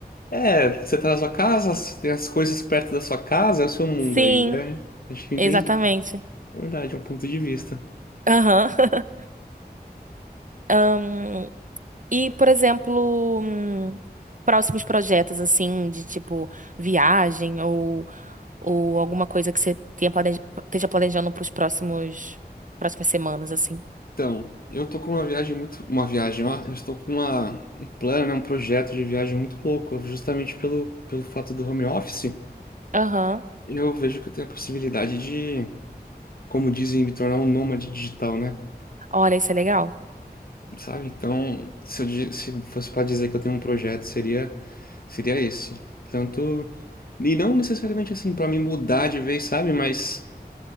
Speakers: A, on the left; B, on the right.
A: É, você tá na sua casa, você tem as coisas perto da sua casa, é o seu mundo
B: Sim,
A: aí, né? Acho que eu
B: exatamente.
A: entendi. Verdade, é um ponto de vista.
B: Aham. <laughs> Ahn, e, por exemplo, hum, próximos projetos, assim, de tipo viagem ou, ou alguma coisa que você tenha planeja, esteja planejando para os próximos, próximas semanas, assim.
A: Então, eu tô com uma viagem muito. Uma viagem, ó. Eu estou com uma, um plano, né? Um projeto de viagem muito louco, justamente pelo, pelo fato do home office.
B: Aham.
A: Eu vejo que eu tenho a possibilidade de, como dizem, me tornar um nômade digital, né?
B: Olha, isso é legal.
A: sabe? Então, se eu, di- se fosse para dizer que eu tenho um projeto, seria seria isso. Tanto e não necessariamente assim para me mudar de vez, sabe? Mas